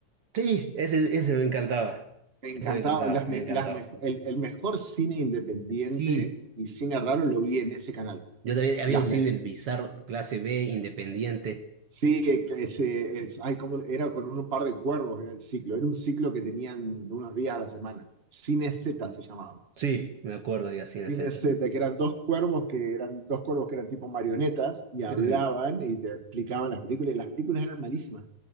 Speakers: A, on the right (about 55°); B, on the right (about 25°).
A: Sí, ese, ese me encantaba,
B: Me encantaba.
A: ese me encantaba,
B: Las me-
A: me encantaba.
B: las me- el, el mejor cine independiente
A: Sí,
B: y cine raro lo vi en ese canal.
A: yo también había
B: Las
A: un cine
B: mejores
A: bizarro, clase B, independiente,
B: Sí, eh, que ese, es, ay, ¿cómo? era con un par de cuervos, era el ciclo. Era un ciclo que tenían unos días a la semana. Cine Z se llamaba.
A: Sí, me acuerdo, de Cine
B: Cine
A: Z.
B: Z, que eran dos cuervos que eran dos cuervos que eran tipo marionetas y hablaban
A: Ujú.
B: y te explicaban las películas. Y las películas eran malísimas.